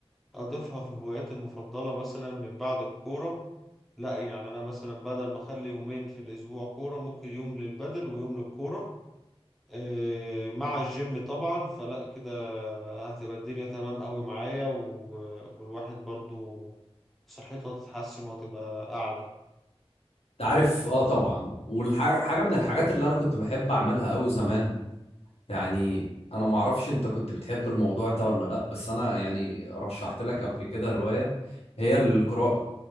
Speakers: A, in the centre; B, on the left (about 80°).
A: أضيفها في هواياتي المفضلة مثلا من بعد الكورة لا يعني أنا مثلا بدل ما أخلي يومين في الأسبوع كورة ممكن يوم للبدل ويوم للكورة آه، مع الجيم طبعا فلا كده هتبقى الدنيا تمام قوي معايا و- والواحد برضو صحته هتتحسن وهتبقى أعلى
B: انت عارف اه طبعا والحاجة من الحاجات اللي انا كنت بحب اعملها قوي زمان يعني انا معرفش انت كنت بتحب الموضوع ده ولا لا بس انا يعني رشحت لك قبل كده رواية هي القراءة